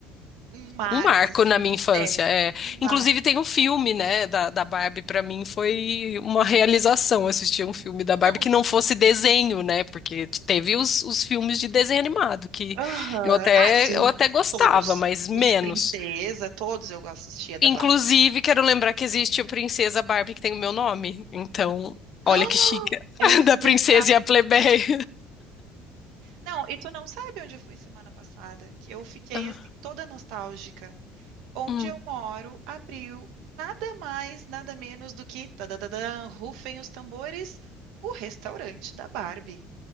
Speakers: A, on the right (about 80°); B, on the left (about 40°).
A: Um marco,
B: um marco
A: assim.
B: na minha infância.
A: É,
B: É,
A: um marco.
B: inclusive tem um filme, né, da, da Barbie pra mim foi uma realização assistir um filme da Barbie
A: Não,
B: que não fosse desenho, né? Porque teve os, os filmes de desenho animado que
A: Aham.
B: eu até
A: Ah, sim.
B: eu até gostava,
A: Todos.
B: mas menos.
A: Os de princesa, todos eu assistia da
B: Inclusive,
A: Barbie.
B: quero lembrar que existe a princesa Barbie que tem o meu nome. Então,
A: <gasps>
B: olha que chique.
A: Ah,
B: <laughs>
A: é verdade.
B: Da princesa e a plebeia.
A: Não, e tu não sabe onde eu fui semana passada, que eu fiquei
B: Ah,
A: assim toda nostálgica. Onde
B: hum.
A: eu moro abriu nada mais, nada menos do que tadadadã, rufem os tambores, o restaurante da Barbie.